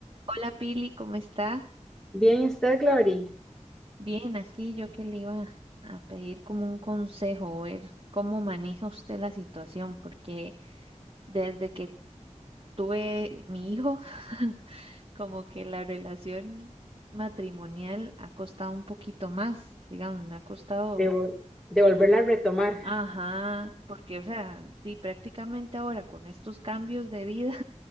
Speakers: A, on the right (about 45°); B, in the centre.
A: Hola Pili, ¿cómo está?
B: Bien, ¿y usted, Glory,
A: Bien, aquí yo que le iba a pedir como un consejo, ver cómo maneja usted la situación, porque desde que tuve mi hijo, <laughs> como que la relación matrimonial ha costado un poquito más, digamos, me ha costado,
B: de, devolverla a retomar.
A: ajá, porque o sea, di prácticamente ahora con estos cambios de vida